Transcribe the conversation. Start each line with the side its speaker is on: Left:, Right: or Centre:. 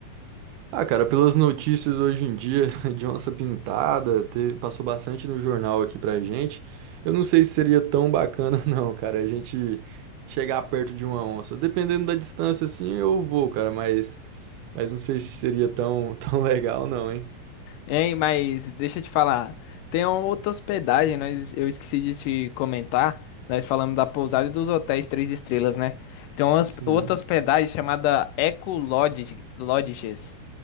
Right: Ah, cara, pelas notícias hoje em dia <laughs> de onça pintada, teve- passou bastante no jornal aqui pra gente. Eu não sei se seria tão bacana, <laughs> não, cara, a gente chegar perto de uma onça. Dependendo da distância, assim, eu vou, cara, mas, mas não sei se seria tão, <laughs> tão legal, não, hein?
Left: Hein, mas deixa eu te falar. Tem uma outra hospedagem, nós, eu esqueci de te comentar. Nós falamos da pousada e dos hotéis três estrelas, né? Tem uma hosp-
Right: Sim.
Left: outra hospedagem chamada Eco Lodge, Lodges.